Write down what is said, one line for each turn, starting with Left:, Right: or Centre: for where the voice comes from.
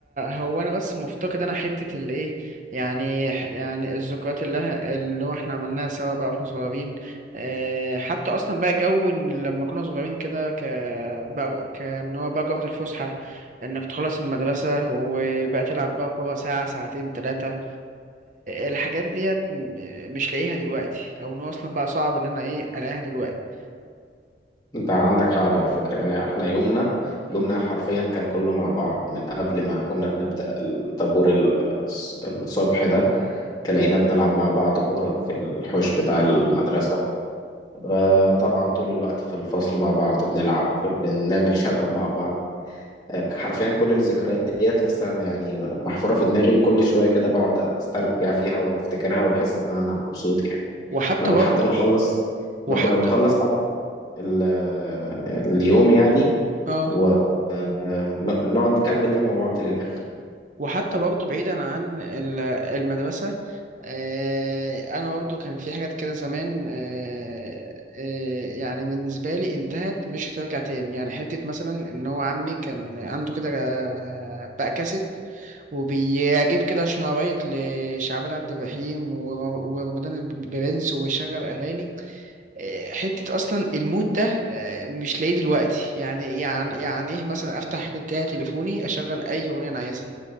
Right: هو انا بس مفتقد انا حته الايه يعني ح- يعني الذكريات اللي ه- اللي هو احنا عملناها سوا بقى واحنا صغيرين آه، حتى اصلا بقى جو إن لما كنا صغيرين كده ك بقى كان هو بقى جوز الفسحه انك تخلص المدرسه وبقى تلعب بقى كوره ساعه ساعتين ثلاثه الحاجات ديت م- مش لاقيها دلوقتي او ان هو اصلا بقى صعب ان انا ايه الاقيها دلوقتي
Left: انت عندك حق على فكره يعني احنا يومنا يومنا حرفيا كان كله مع بعض من قبل ما كنا بنبدا الطابور ال- الصبح ده تلاقينا بنلعب مع بعض كوره في الحوش بتاع المدرسه آه، طبعا طول الوقت في الفصل مع بعض بنلعب بنعمل شغب مع بعض آه، حرفيا كل الذكريات ديت لسه يعني محفورة في دماغي وكل شوية كده بقعد استرجع فيها وافتكرها وبحس ان انا مبسوط يعني
Right: وحتى
Left: كنا بن-
Right: برضه
Left: حتى بنخلص ما
Right: وحتى
Left: كنا بنخلص حتى ال- اليوم يعني
Right: اه
Left: ونقعد نكمل لعبة مع بعض للآخر
Right: وحتى برضه بعيدا عن ال- المدرسة آه، أنا برضه كان في حاجات كده زمان آه، آه، يعني بالنسبة لي انتهت مش هترجع تاني يعني حتة مثلا إن هو عمي كان عنده كده آه، بقى كاسيت وبيجيب كده شرايط لشعبان عبد الرحيم ور- ورمضان البرنس ويشغل أغاني آه، حتة أصلا المود ده آه، مش لاقيه دلوقتي يعني يعني يعني إيه مثلا أفتح كده تليفوني أشغل أي أغنية أنا عايزها